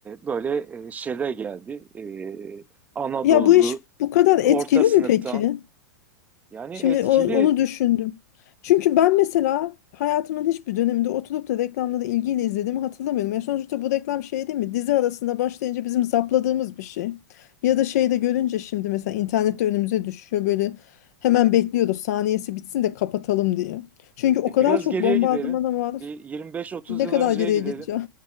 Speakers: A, on the right; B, on the left.
A: böyle e, şele geldi. E, Anadolu
B: ya bu iş bu kadar etkili
A: orta sınıftan
B: mi peki?
A: yani
B: Şimdi
A: etkili
B: o- onu düşündüm. Çünkü ben mesela hayatımın hiçbir döneminde oturup da reklamları ilgiyle izlediğimi hatırlamıyorum. Yani sonuçta bu reklam şey değil mi? Dizi arasında başlayınca bizim zapladığımız bir şey. Ya da şeyde görünce şimdi mesela internette önümüze düşüyor böyle hemen bekliyoruz saniyesi bitsin de kapatalım diye. Çünkü o
A: E,
B: kadar
A: biraz
B: çok
A: geriye
B: bombardımana
A: gidelim.
B: maruz.
A: Bir 25-30
B: Ne
A: yıl
B: kadar
A: önceye
B: geriye
A: gidelim.
B: gideceğim?